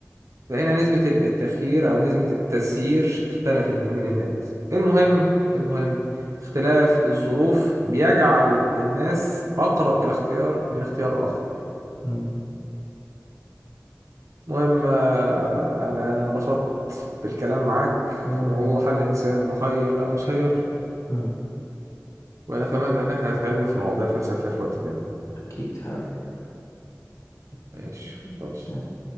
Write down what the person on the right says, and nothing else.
فهنا نسبة ال- التخيير او نسبة التسيير اختلفت ما بين الناس المهم المهم اختلاف الظروف بيجعل الناس اقرب الى اختيار من اختيار اخر
المهم آه، يعني أنا انبسطت بالكلام معاك
في موضوع
هل الإنسان مخير أم مسير
ونتمنى إن احنا نتكلم في مواضيع فلسفية في وقت تاني
ماشي
خلاص